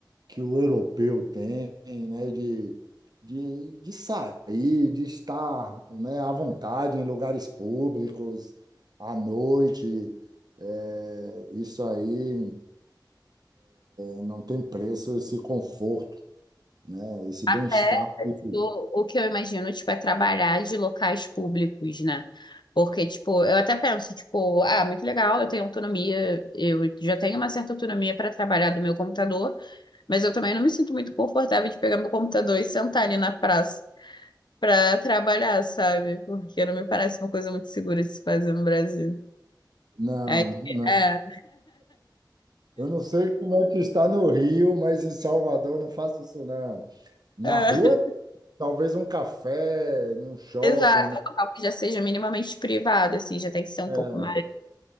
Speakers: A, on the right (about 60°); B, on the left (about 70°).
A: que o europeu tem, né, de, de, de sair, de estar, né, à vontade em lugares públicos, à noite. É, isso aí é, não tem preço, esse conforto, né, esse
B: Até
A: bem-estar. que-
B: o, o que eu imagino, tipo, é trabalhar de locais públicos, né? Porque, tipo, eu até penso, tipo, ah, muito legal, eu tenho autonomia, eu já tenho uma certa autonomia para trabalhar do meu computador, mas eu também não me sinto muito confortável de pegar meu computador e sentar ali na praça para trabalhar, sabe? Porque não me parece uma coisa muito segura de se fazer no Brasil.
A: Não,
B: Aí,
A: não.
B: é.
A: Eu não sei como é que está no Rio, mas em Salvador eu não faço isso, não. Na
B: <laughs>
A: rua,
B: É.
A: talvez um café, num shopping,
B: Exato,
A: num,
B: é um local que já seja minimamente privado, assim, já tem que ser um pouco
A: é,
B: mais.